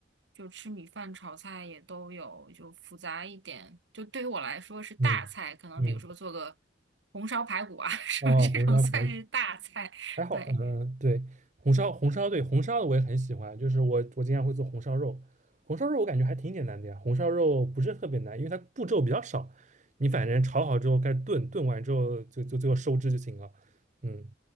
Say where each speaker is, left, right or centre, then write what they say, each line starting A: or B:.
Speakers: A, on the right; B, on the right.
A: 就吃米饭、炒菜也都有，就复杂一点。就对于我来说是大菜，
B: 嗯嗯，
A: 可能比如说做个红烧排骨啊 <laughs>，什么这种算是大菜。
B: 啊，红烧排骨。还好，
A: 对，
B: 嗯，对，红烧红烧，对红烧的我也很喜欢，就是我我经常会做红烧肉，红烧肉我感觉还挺简单的呀，红烧肉不是特别难，因为它步骤比较少，你反正炒好之后开始炖，炖完之后就就最后收汁就行了，嗯，